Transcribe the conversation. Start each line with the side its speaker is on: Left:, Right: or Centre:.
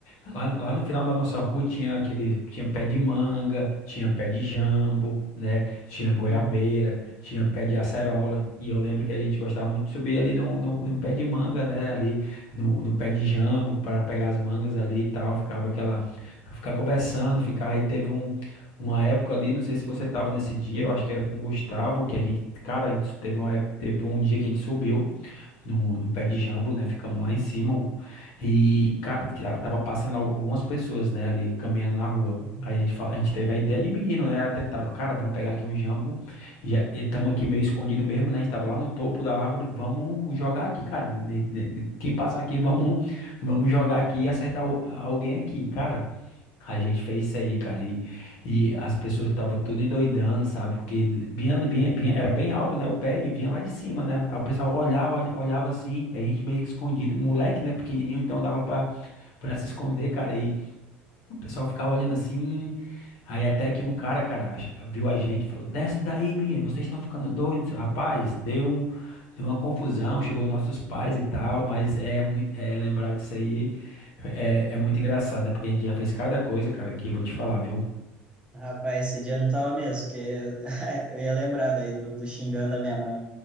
Left: Lá, lá no final da nossa rua tinha aquele, tinha pé de manga, tinha pé de jambo, né? Tinha goiabeira,
Right: <laughs>
Left: tinha pé de acerola. E eu lembro que a gente gostava muito de subir ali no, no, no pé de manga, né? Ali no, no pé de jambo para pegar as mangas ali e tal. Ficava aquela, ficar conversando, ficar. Aí teve um Uma época ali, não sei se você tava nesse dia, eu acho que era com o Gustavo, que a gente, cara, a gente teve uma época, teve um dia que a gente subiu no, no pé de jambo, né? Ficamos lá em cima. o- E, cara, tira- tava passando al- algumas pessoas, né, ali caminhando na rua.
Right: Uhum.
Left: Aí a gente, fa- a gente teve a ideia de menino, né? Tentar, cara, vamos pegar aqui um jambo. Já estamos aqui meio escondido mesmo, né? A gente tava lá no topo da árvore. Vamos jogar aqui, cara. ne- ne- ne- Quem passar aqui, vamos, vamos jogar aqui e acertar al- alguém aqui, cara. A gente fez isso aí, cara, e, e as pessoas estavam tudo endoidando, sabe? Porque vinha, ali- vinha, vinha, era bem alto, né? O pé e vinha lá de cima, né? Aí o pessoal olhava, olha- olhava assim, e a gente meio que escondido. Moleque, né? Pequenininho, então dava pra, pra se esconder, cara. O pessoal ficava olhando assim. Aí até que um cara, cara, ach- viu a gente, e falou: Desce daí, menino, vocês estão ficando doidos. Rapaz, deu, deu uma confusão, chegou os nossos pais e tal, mas é, muito, é lembrar disso aí é, é muito engraçado, né? Porque a gente já fez cada coisa, cara, que eu vou te falar, viu?
Right: Rapaz, esse dia eu não tava mesmo, porque <laughs> eu ia lembrar daí do, do xingando a minha mãe.